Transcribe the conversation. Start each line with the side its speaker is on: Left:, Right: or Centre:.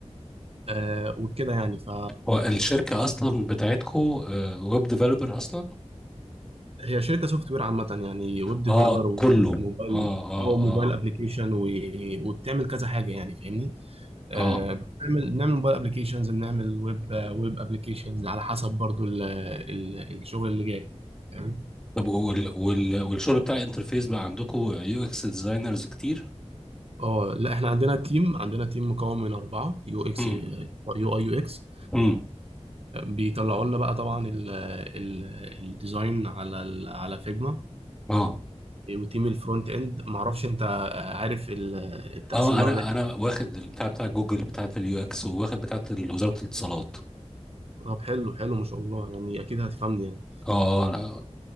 Right: آه، وكده يعني ف
Centre: هو الشركة أصلا بتاعتكو ويب ديفلوبر أصلا؟
Right: هي شركة سوفت وير عامة يعني ويب ديفلوبر
Centre: آه كله
Right: وموبايل
Centre: آه آه
Right: او موبايل
Centre: آه
Right: ابلكيشن وبتعمل كذا حاجة يعني فاهمني آه،
Centre: آه
Right: بنعمل بنعمل موبايل ابلكيشنز بنعمل ويب آه، ويب ابلكيشنز على حسب برضو ال ال الشغل اللي جاي فاهم
Centre: طب وال وال والشغل بتاع الانترفيس بقى عندكو يو إكس ديزاينرز كتير؟
Right: اه لا احنا عندنا تيم عندنا تيم مكون من أربعة يو اكس
Centre: امم
Right: يو اي يو اكس
Centre: امم
Right: بيطلعوا لنا بقى طبعا ال- ال- الديزاين على ال- على فيجما
Centre: آه
Right: وتيم الفرونت اند معرفش انت عارف ال- التقسيمة
Centre: آه أنا
Right: ولا
Centre: أنا واخد البتاع بتاع جوجل بتاعة اليو إكس وواخد بتاعة وزارة الاتصالات
Right: طب حلو حلو ما شاء الله يعني اكيد هتفهمني يعني
Centre: آه آه، أنا